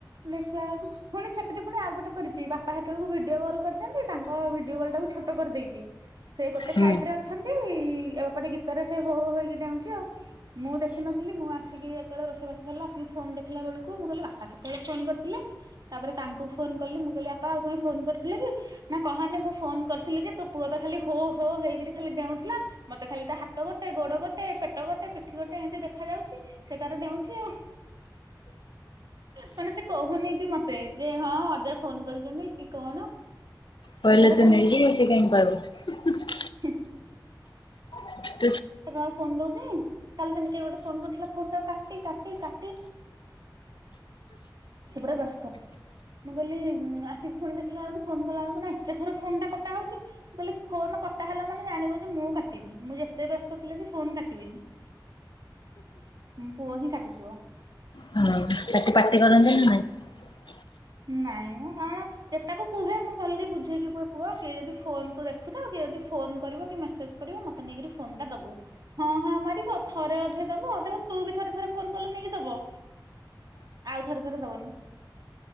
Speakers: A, on the right; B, on the left.
A: ଦେଖିଲା ବେଳକୁ ପୁଣି ସେଠରେ ପୁଣି ଆଉ ଗୋଟେ କରିଛି ବାପା ସେତେବେଳକୁ ଭିଡିଓ କଲ କରିଛନ୍ତି ତାଙ୍କ ଭିଡିଓ କଲ ଟାକୁ ଛୋଟ କରିଦେଇଛି ସେ ଗୋଟେ
B: ହୁଁ
A: ସାଇଟ ରେ ଅଛନ୍ତି ଏବେପଟେ ଗୀତରେ ସେ ହୋ ହୋ ହେଇକି ଡାଉଛି ଆଉ। ମୁଁ ଦେଖିନଥିଲି ମୁଁ ଆସିକି ଯେତେବେଳେ ରୋଷେଇବାସ ସରିଲା ଆସିକି ଫୋନ ଦେଖିଲା ବେଳକୁ ମୁଁ କହିଲି ବାପା କେତେବେଳେ ଫୋନ କରିଥିଲେ ତାପରେ ତାଙ୍କୁ ଫୋନ କଲି ମୁଁ କହିଲି ବାପା ଆଉ ତମେ ଫୋନ କରିଥିଲେ କି ନା କହନି ମୁଁ ଫୋନ କରିଥିଲି ଯେ ତୋ ପୁଅ ତ ଖାଲି ହୋ ହୋ ହେଇକରି ଖାଲି ଦେଡଉଥିଲା ମତେ ଖାଲି ତା ହାତ ଗୋଟେ ଗୋଡ ଗଟେ ପ ପଟ ଗୋଟେ ପିଠି ଗୋଟେ ଏମତି ଦେଖ ଯାଉଛି ସେ ତାର ଡେଉଛି ଆଉ ମାନେ ସେ କହୁନି କି ମତେ ଯେ ହଁ ଅଜା ଫୋନ କରିଛନ୍ତି କି କଣ?
B: କହିଲେ
A: ସେ ତାର
B: ତୁ ନେଇଯିବୁ ବ ସେ କାହିଁ କହିବ?
A: ହ୍ମୁ।
B: ହଁ
A: ତାକୁ ଆଉ ଫୋନ ଦଉଛି ଖାଲି ସେମିତି ଗୋଟେ ଫୋନ କରିଥିଲା ଫୋାା କା କାଟି ସେପଟା ବ୍ୟସ୍ତ ମୁଁ କହିଲି ଆସିକି ପୁଣି ଦେଖିଲା ବେଳକୁ ଫୋନ କଲା ବେଳକୁ ନା ଏତେ ଥର ଫୋନ ଟା କଟା ହଉଛି ମୁଁ କହିଲି ଫୋନ କଟା ହେଲା ମାନେ ଜାଣିବ ଯେ ମୁଁ କାଟିି ମୁଁ ଯେ ତେ ବ୍ୟସ୍ତ ଥିଲେ ବି ଫୋନ କାଟିବିନି ପୁଅ ହିଁ କାଟିଥିବ।
B: ହଁ ତାକୁ ପାାର୍ଟି କରନ୍ତି ନା ନାଇଁ।
A: ନାଇଁ ମୁଁ କଣ ଯେକୁ କୁହେ ମୁଁ ଭଲକ ବୁଝେଇକି କୁୁହ କି ଯଦ ଫୋୁ ଦେଖୁଥା କି ଯଦ ଫୋ କରିବ କି ମେସେଜ କରିବ ମତେ ନେଇକ ଫୋନା ଦବୁ ହଁ ହଁ ମାରିବ ଥରେ ଅଧ ଦବ ଦେଖନ୍ତୁ ତୁ ବି ଥରେ ଥରେ ଫୋନ କଲେ ନେଇକି ଦବ ଆଉ ଥରେ ଥରେ ଦବନି।